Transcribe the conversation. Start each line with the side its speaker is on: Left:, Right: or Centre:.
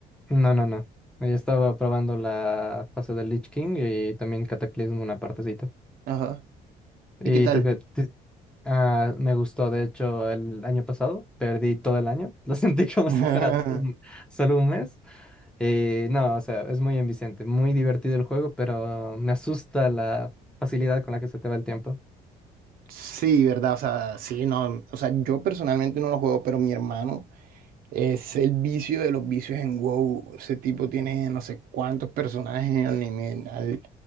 Centre: no, no, no. Eh, Estaba probando la fase del Lich King y también Cataclismo una partecita.
Right: Ajá.
Centre: ¿Y
Right: ¿Y qué tal?
Centre: tú qué? Ti- Ah, me gustó, de hecho, el año pasado. Perdí todo el año. <laughs> Lo sentí como
Right: <laughs>
Centre: si fuera un- solo un mes. Eh, no, o sea, es muy enviciante, muy divertido el juego, pero me asusta la facilidad con la que se te va el tiempo.
Right: Sí, ¿verdad? O sea, sí, no. O sea, yo personalmente no lo juego, pero mi hermano es el vicio de los vicios en WoW. Ese tipo tiene no sé cuántos personajes al nivel, al